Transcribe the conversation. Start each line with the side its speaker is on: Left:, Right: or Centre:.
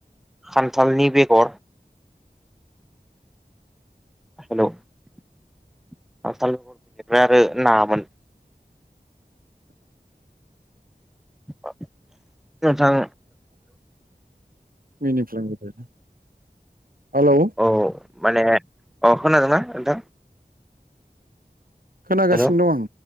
Centre: खान्थालनि बेगर हेलौ खान्थाल‌ ओमफ्राय आरो नामोन। अ नोंथां
Right: मिनि <unintelligible> हेलौ
Centre: औ औ माने औ खोनादोंना नोंथां?
Right: खोनागासिनो
Centre: हेलौ
Right: दं आं